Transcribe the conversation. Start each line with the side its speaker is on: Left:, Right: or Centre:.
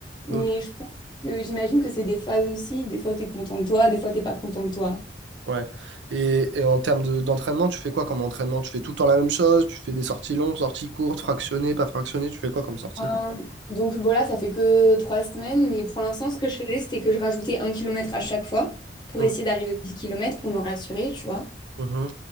Left: Mais
Right: Ok.
Left: je pense que j'imagine que c'est des phases aussi. Des fois, tu es content de toi, des fois, t'es pas content de toi.
Right: Ouais. Et, et en termes de- d'entraînement, tu fais quoi comme entraînement? Tu fais tout le temps la même chose? Tu fais des sorties longues, sorties courtes, fractionnées, pas fractionnées? Tu fais quoi comme sortie?
Left: Euh, donc, bon, là, ça fait que trois semaines. Mais pour l'instant, ce que je faisais, c'était que je rajoutais un kilomètre à chaque fois pour
Right: Ok.
Left: essayer d'arriver aux 10 kilomètres pour me rassurer, tu vois.
Right: Mhm.